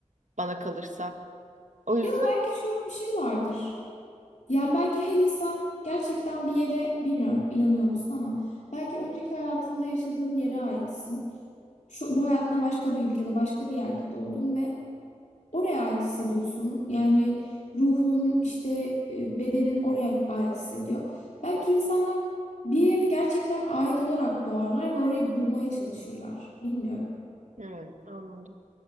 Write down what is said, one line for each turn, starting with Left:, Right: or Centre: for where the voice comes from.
Right: bana kalırsa. O yüzden
Left: Ya da belki şöyle bir şey vardır. Yani belki her insan gerçekten bir yere bilmiyorum inanıyor musun ama belki önceki hayatında yaşadığın yere aitsin. Şu, bu hayatına başka bir ülkede, başka bir yerde doğdun ve oraya ait hissediyorsun. Yani ruhun işte e, bedenin oraya ait hissediyor. Belki insanlar bir yere gerçekten ait olarak doğarlar ve orayı bulmaya çalışırlar. Bilmiyorum.
Right: Hmm, anladım.